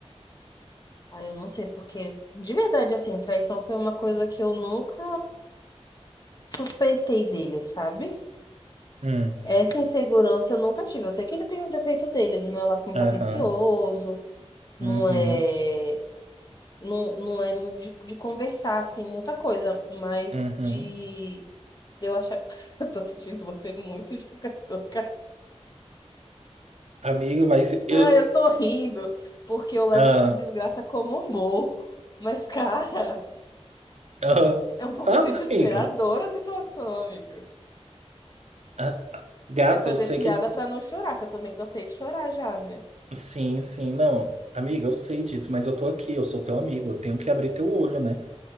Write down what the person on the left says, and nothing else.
Ai, eu não sei porque, de verdade, assim, traição foi uma coisa que eu nunca suspeitei dele, sabe?
Essa insegurança eu nunca tive. Eu sei que ele tem os defeitos dele, ele não é lá muito
atencioso, não
é. não, não é muito de, de conversar, assim, muita coisa, mas
de, de eu achar. <laughs> Eu tô sentindo você muito jogador, cara.
Ah, eu tô rindo, porque eu levo
essas desgraças como humor. Mas, cara,
é um pouco
desesperadora
a situação, amigo.
É fazer
piada
pra não chorar, que eu também cansei de chorar já, né?